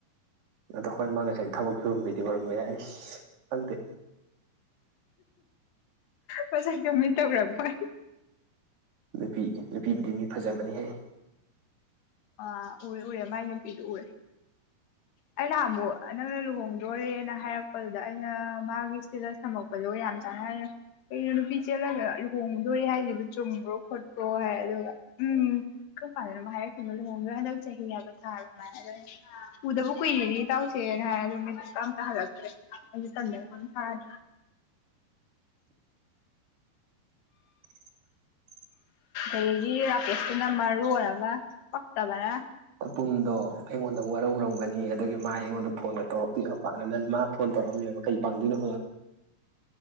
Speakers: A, on the right (about 65°); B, on the left (about 65°).
A: ꯑꯗꯣ ꯍꯣꯏ ꯃꯥ ꯉꯁꯥꯏ ꯊꯕꯛ ꯁꯤꯨꯔꯨꯝꯕꯩꯗꯤ ꯑꯣꯏꯔꯝꯕ ꯌꯥꯏ ꯑꯩꯁ ꯈꯪꯗꯦ <unintelligible>
B: ꯐꯖꯥꯏ ꯀꯃꯤꯠ ꯇꯧꯔꯕꯣꯏ
A: ꯅꯨꯄꯤ ꯅꯨꯄꯤꯕꯨꯗꯤ ꯃꯤ ꯐꯖꯕꯅꯤ ꯍꯥꯏ
B: ꯑꯥ ꯎꯔꯦ ꯎꯔꯦ ꯃꯥꯏ ꯅꯨꯄꯤꯗꯨ ꯎꯔꯦ ꯑꯩ ꯅꯍ ꯑꯃꯨ ꯅꯪꯅ ꯂꯨꯍꯣꯡꯗꯣꯔꯦꯅ ꯍꯥꯏꯔꯛꯄꯗꯨꯗ ꯑꯩꯅ ꯃꯥꯒꯤ ꯏꯁꯇꯦꯇꯁ ꯊꯝꯃꯛꯄꯗꯣ ꯌꯥꯝ ꯆꯥꯟꯅꯔꯅ ꯀꯣ ꯅꯨꯄꯤ ꯆꯦꯜꯂꯒ ꯂꯨꯍꯣꯡꯗꯣꯔꯦ ꯍꯥꯏꯁꯤꯕꯨ ꯆꯨꯝꯕ꯭ꯔꯣ ꯈꯣꯠꯄ꯭ꯔꯣ ꯍꯥꯏ ꯑꯗꯨꯒ ꯎꯝ ꯀꯔꯥꯗꯅꯨ ꯍꯥꯏꯔꯛꯈꯤꯕꯅꯣ ꯂꯨꯍꯣꯡꯗꯣꯏ ꯍꯟꯗꯛ ꯆꯍꯤ ꯍꯥꯏꯕ ꯊꯥꯕ ꯀꯨꯏꯔꯤꯅꯤ ꯏꯇꯥꯎꯁꯦꯅ ꯍꯥꯏꯗ ꯃꯤꯗꯨ ꯑꯝꯇ ꯍꯜꯂꯛꯇ꯭ꯔꯦ ꯑꯩꯗꯤ ꯇꯝꯗ ꯊꯥꯗ꯭ꯔꯦ
A: <unintelligible>
B: ꯑꯗꯒꯤ ꯔꯥꯀꯦꯁꯇꯨꯅ ꯃꯔꯨ ꯑꯣꯏꯒ ꯄꯛꯇꯕꯅ
A: ꯇꯄꯨꯝꯗꯣ ꯑꯩꯉꯣꯟꯗ ꯋꯥꯔꯧꯔꯝꯒꯅꯤ ꯑꯗꯒꯤ ꯃꯥ ꯑꯩꯉꯣꯟꯗ ꯐꯣꯟꯒ ꯇꯧꯔꯛꯇꯣꯏꯕ ꯄꯥꯛꯅ ꯅ ꯃꯥ ꯐꯣꯟ ꯇꯧꯔꯝꯃꯦꯕꯩ ꯄꯥꯡꯣꯏꯣ